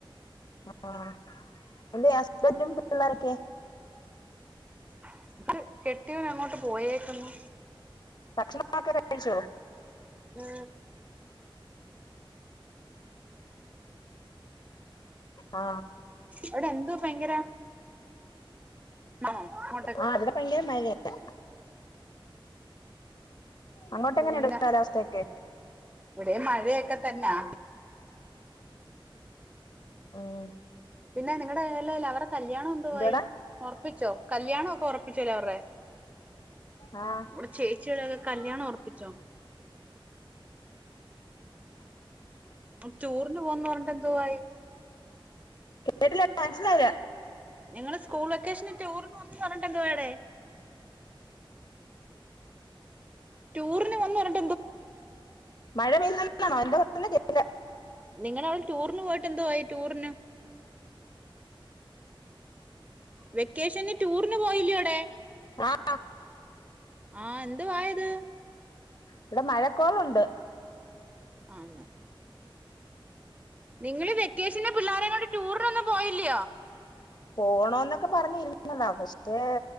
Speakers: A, on the left; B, on the right.
A: ആ എന്തിയെ ഹസ്ബന്റും പിള്ളേരുമൊക്കെ
B: ആഹ് കെ കെട്ടിയോൻ അങ്ങോട്ട് പോയേക്കുന്നു
A: ഭക്ഷണമൊക്കെ കഴിച്ചോ
B: ആ
A: ആ
B: അവിടെ എന്തു ഭയങ്കര മഴ അങ്ങോട്ടൊക്കെ
A: ആ ഇവിടെ ഭയങ്കര മഴ തന്നെ അങ്ങോട്ട്
B: പിന്നെ
A: എങ്ങനെയുണ്ട് കാലാവസ്ഥയൊക്കെ
B: ഇവിടെ മഴയൊക്കെ തന്നെ
A: ഉം
B: പിന്നെ നിങ്ങളുടെയില്ലേ ലവിടെ കല്യാണം എന്തുവായിഉറ
A: എന്തോടാ
B: ഉറപ്പിച്ചോ കല്യാണമ ഒക്കെ ഉറപ്പിച്ചലേ അവരെ
A: ആ
B: നമ്മടെ ചേച്ചിടെക്കെ കല്യാണം ഉറപ്പിച്ചോ ടുറിന് പോകുന്ന് പറഞ്ഞിട്ടെന്തുവായി
A: കേട്ടില്ല മനസ്സിലായില്ല
B: നിങ്ങള് സ്കൂൾ വെക്കേഷന് ടൂറിന് പോവുന്ന് പറഞ്ഞിട്ട് എന്തുവായെടെ ടൂറിന് പോന്ന് പറഞ്ഞ
A: മഴ പെയണോ <unintelligible> എന്ത ന്നല്ല <inaudible>
B: നിങ്ങ അവടെ ടൂറിന് പോയിട്ട് എന്തോവായി ടൂറിന് വെക്കേന് ടൂറിന് പോയില്ല്യൊടെ
A: ആ
B: ആഹ എന്തു വായത്
A: ഇവിടെ മഴക്കോളുണ്ട്
B: ആന്നോ നിങ്ങള് വെക്കേഷന് പിള്ളേരേ കൊണ്ട് ടൂറിനൊന്നും പോയില്ലയോ
A: പോണന്നൊക്കെ പറഞ്ഞിരുന്ന താ പക്ഷേ